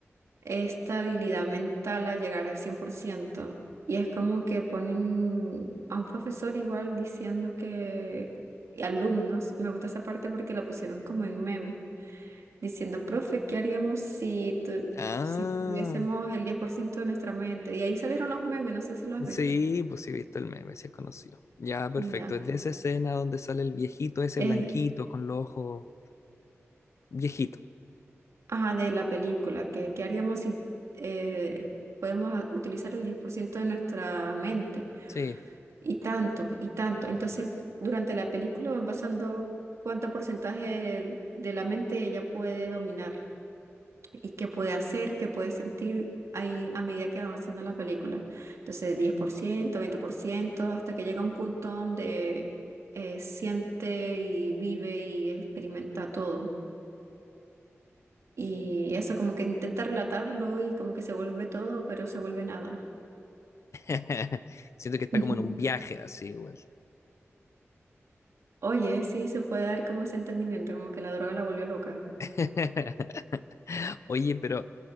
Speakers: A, on the right (about 80°); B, on the left (about 75°).
A: estabilidad mental a llegar al cien por ciento Y es como que ponen a un profesor igual diciendo que, y alumnos, me gusta esa parte porque la pusieron como en meme, diciendo, profe, ¿qué haríamos si, tu-
B: Ah.
A: si tuviésemos el 10% de nuestra mente? Y ahí salieron los memes, no sé si lo has visto.
B: Sí, pues sí he visto el meme, sí es conocido. Ya, perfecto.
A: Ya.
B: Es de esa escena donde sale el viejito ese
A: Es,
B: blanquito con los ojos. Viejito,
A: ajá, de la película, que, ¿qué haríamos si eh, podemos a- utilizar el 10% de nuestra mente?
B: sí.
A: Y tanto, y tanto. Entonces, durante la película van pasando cuánto porcentaje de la mente ella puede dominar y qué puede hacer, qué puede sentir ahí a medida que va avanzando la película. Entonces, diez por ciento veinte por ciento hasta que llega un punto donde eh, siente y vive y experimenta todo. Y eso como que intenta relatarlo y como que se vuelve todo, pero se vuelve nada.
B: <laughs> Siento que está
A: <laughs>
B: como en un viaje así, igual.
A: Oye, sí, se puede dar como ese entendimiento, como que la droga la volvió loca.
B: <laughs> Oye, pero